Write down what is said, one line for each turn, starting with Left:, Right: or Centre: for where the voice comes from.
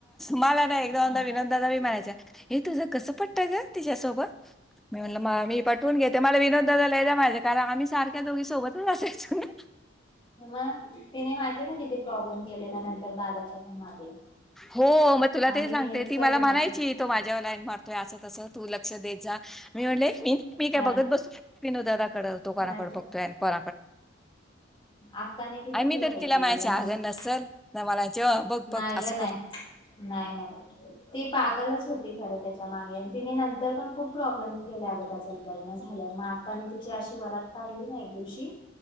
Centre: मला ना एकदा
Left: ह
Centre: विनोददादा म्हणायचा, 'हे तुझं कसं पटत गं तिच्यासोबत? ' मी म्हणलं, 'म मी पटवून घेते' मला विनोददादाला द माझे कारण आम्ही सारख्या दोघी सोबतच असायचो ना.
Left: मग, तीन किती प्रॉब्लेम केलेल्या नंतर दादाच्या पण मागे?
Centre: हो, मग तुला
Left: आम्ही
Centre: ते सांगते
Left: हेच
Centre: ती
Left: करून
Centre: मला म्हणायची
Left: टाकू
Centre: तो माझ्यावर लाईन मारतोय असं. तस तू लक्ष देत जा. मी म्हटले, 'मी? मी काय
Left: हा
Centre: बघत बसत विनोदाकड तो कोणाकडे
Left: नाही तर
Centre: बघतोय? ' <unintelligible>
Left: आक्काने किती
Centre: आणि मी तरी
Left: हे
Centre: तिला
Left: केलेलं
Centre: म्हणायचे आगं
Left: माहित
Centre: नसेल मला बघ बघ
Left: नाही
Centre: अस
Left: ग नाही नाही ती पागलच होती खर त्याच्या मागे तिने नं तर पण खूप प्रॉब्लेम गेले अगं, त्याच लग्न झालं मग अक्काने तिची अशी वरात काढली ना एक दिवशी.